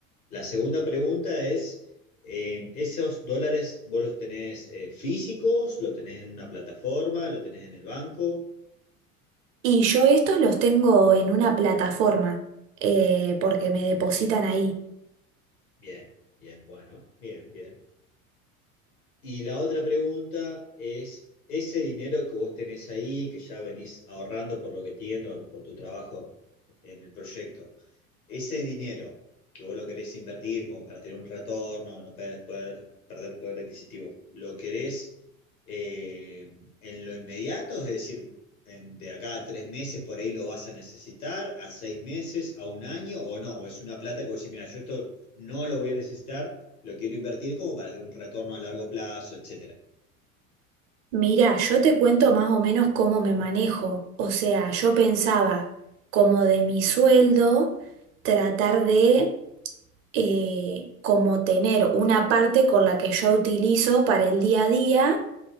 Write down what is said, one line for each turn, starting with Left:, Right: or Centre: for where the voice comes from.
Left: La segunda pregunta es, eh, ¿esos dólares vos los tenés eh, físicos? ¿Lo tenés en una plataforma? ¿Lo tenés en el banco?
Right: Y yo estos los tengo en una plataforma eh, porque me depositan ahí.
Left: Bien, bien, bueno, bien, bien. Y la otra pregunta es, ese dinero que vos tenés ahí, que ya venís ahorrando por lo que entiendo, por tu trabajo en el proyecto, ese dinero que vos lo querés invertir como para tener un retorno, no pe- poder, perder poder adquisitivo, ¿lo querés eh, en lo inmediato? Es decir, en- de acá a tres meses por ahí lo vas a necesitar, a seis meses, a un año o no, o es una plata que vos decís, mira, yo esto no lo voy a necesitar, lo quiero invertir como para tener un retorno a largo plazo, etcétera.
Right: Mira, yo te cuento más o menos cómo me manejo. O sea, yo pensaba como de mi sueldo tratar de eh, como tener una parte con la que yo utilizo para el día a día